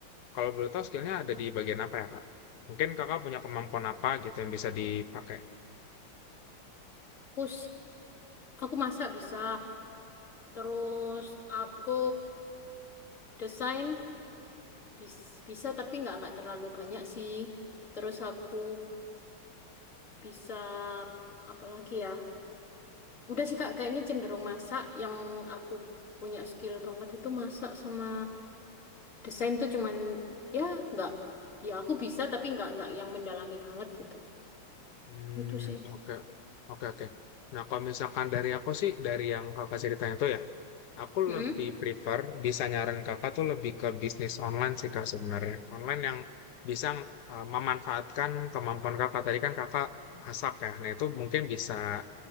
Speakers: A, on the left; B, on the left.
A: kalau boleh tahu skillnya ada di bagian apa ya Kak? Mungkin Kakak punya kemampuan apa gitu yang bisa dipakai?
B: Aku aku masak bisa. Terus aku desain bis- bisa tapi nggak nggak terlalu banyak sih. Terus aku bisa apa lagi ya? Udah sih Kak, kayaknya cenderung masak. Yang aku punya skill banget itu masak sama desain tuh cuman ya nggak ya aku bisa tapi nggak nggak yang mendalami banget gitu.
A: Hmm,
B: Itu sih.
A: oke, oke, oke. Nah, kalau misalkan dari aku sih, dari yang kakak ceritain itu ya, Aku
B: mm
A: lebih prefer, bisa nyaran kakak tuh lebih ke bisnis online sih kak sebenarnya. Online yang bisa uh, memanfaatkan kemampuan kakak. Tadi kan kakak masak ya, nah itu mungkin bisa